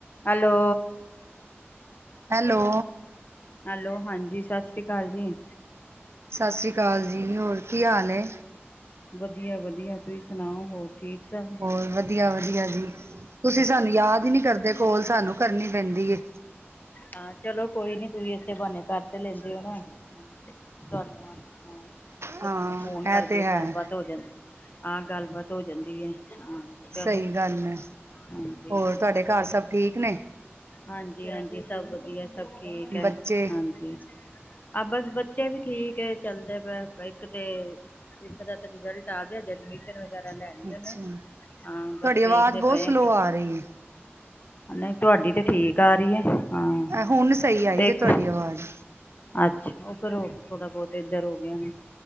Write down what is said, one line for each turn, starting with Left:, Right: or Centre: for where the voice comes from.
Left: Hello.
Right: Hello.
Left: Hello ਹਾਂਜੀ, ਸਤਿ ਸ਼੍ਰੀ ਅਕਾਲ ਜੀ।
Right: ਸਤਿ ਸ੍ਰੀ ਅਕਾਲ ਜੀ। ਹੋਰ ਕੀ ਹਾਲ ਹੈ।
Left: ਵਧੀਆ ਵਧੀਆ। ਤੁਸੀਂ ਸੁਣਾਓ, ਹੋਰ ਠੀਕ ਸਭ।
Right: ਹੋਰ ਵਧੀਆ- ਵਧੀਆ ਜੀ। ਤੁਸੀਂ ਸਾਨੂੰ ਯਾਦ ਹੀ ਨੀ ਕਰਦੇ, ਕੋਲ ਸਾਨੂੰ ਕਰਨੀ ਪੈਂਦੀ।
Left: ਹਾਂ, ਚਲੋ ਕੋਈ ਨੀ ਤੁਸੀਂ ਇਸੇ ਬਹਾਨੇ ਕਰ ਤੇ ਲੈਂਦੇ ਹੋ ਨਾ। ਤੁਹਾਨੂੰ ਹਾਂ, ਇਸੇ
Right: ਹਾਂ
Left: ਬਹਾਨੇ ਫੋਨ ਕਰਦੇ
Right: ਇਹ ਤੇ
Left: ਹੋ।
Right: ਹੈ
Left: ਗੱਲਬਾਤ ਹੋ ਜਾਂਦੀ। ਹਾਂ, ਗੱਲਬਾਤ ਹੋ ਜਾਂਦੀ ਹੈ। ਹਾਂ। ਚਲੋ
Right: ਸਹੀ ਗੱਲ ਹੈ।
Left: ਹਾਂਜੀ
Right: ਹੋਰ ਤੁਹਾਡੇ ਘਰ ਸਭ ਠੀਕ ਨੇ।
Left: ਹਾਂਜੀ -ਹਾਂਜੀ, ਸਭ ਵਧੀਆ, ਸਭ ਠੀਕ ਹੈ
Right: ਬੱਚੇ
Left: ਹਾਂਜੀ। ਆ ਬਸ, ਬੱਚੇ ਵੀ ਠੀਕ ਹੈ। ਚੱਲਦਾ ਪ ਇੱਕ ਤੇ ਇਕ ਦਾ ਤੇ ਰਿਜ਼ਲਟ। ਆ ਗਿਆ ਜੇ ਐਡਮਿਸ਼ਨ ਵਗੈਰਾ ਲੈਣੀ
Right: ਅੱਛਾ
Left: ਹਾਂ
Right: ਤੁਹਾਡੀ
Left: ਬਸ ਵੇਖਦੇ
Right: ਆਵਾਜ਼ ਬਹੁਤ
Left: ਪਏ
Right: ਸਲੋਅ
Left: ਆ ਕੇ‌।
Right: ਰਹੀ
Left: ਨਹੀਂ, ਤੁਹਾਡੀ ਤੇ ਠੀਕ ਆ ਰਹੀ ਹੈ। ਹਾਂ
Right: ਇਹ ਹੁਣ ਸਹੀ
Left: ਅਤੇ
Right: ਆਈ ਜੇ
Left: ਇੱਕ
Right: ਤੁਹਾਡੀ ਆਵਾਜ਼।
Left: ਅੱਛਾ, ਉਹ ਫਿਰ ਹੋ ਥੋੜਾ-ਬਹੁਤ ਇਧਰ ਹੋ ਗਿਆ ਨੇ।